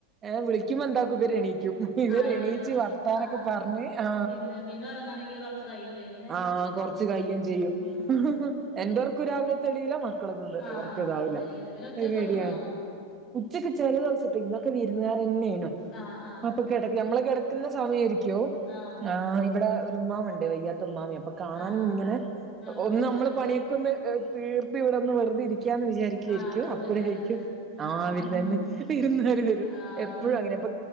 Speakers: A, on the right (about 25°); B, on the left (about 30°).
A: ഏ വിളിക്കുമ്പ എന്താക്കും ഇവര് എണീക്കു ക്കും ഇവര്
B: ആഹ് എണീക്കുവ
A: എണീച്ച് വർത്താനൊക്കെ
B: ആഹ്
A: പറഞ്ഞ് ആ
B: പിന്നെ പിന്നെ ഉറങ്ങണെങ്കി കൊറച്ച് കഴിയും ചെയ്യൂല്ലേ
A: ആ ആ കൊറച്ച് കയ്യും
B: ഉം
A: ചെയ്യും
B: ഉം
A: ഹും ഹും എന്റെയൊർക്കു രാവിലെ തെളിയൂല മക് വർക്കുള്ളതോണ്ട്
B: ആഹ്
A: ഒറക്ക
B: ആർക്കും
A: ഇതാവൂല
B: കഴിയില്ല പിന്നെ ഉച്ചക്ക്
A: <unintelligible>
B: ഉറങ്ങോ
A: ഉച്ചക്ക് ചെല ദിവസട്ടോ ഇന്ന ക്ക വിരുന്നുകരന്നെനു
B: ആഹ് ആഹ്
A: അപ്പൊ കെടക്ക ഞമ്മള് കെടക്ന്ന സമയാരിക്കും യ്യോ
B: ആഹ്
A: ആ ഇവിടെ ഒരു ഉമ്മാമുണ്ട്. വയ്യാത്ത ഉമ്മാമി. അപ്പൊ കാണാൻ
B: ആഹ് ആഹ്
A: ഇങ്ങനെ
B: ആഹ് വന്നീല്ലേ
A: ഒന്ന് നമ്മള് പണിയൊക്കൊന്ന് തീർത്ത് ഇവിടെന്ന് വെറുതെരി ക്യാന്ന് വിചാരിക്യാരിക്കും
B: ആഹ് അപ്പൊ
A: അപ്പഴരിക്യും
B: പെരുന്നാരല്ലേ
A: രാവിൽ
B: ആഹ് ആഹ്
A: തന്നെ വിരുന്നാര് വരുന്ന്
B: ആഹ്
A: എപ്പോഴും അങ്ങനെ ഇപ്പോ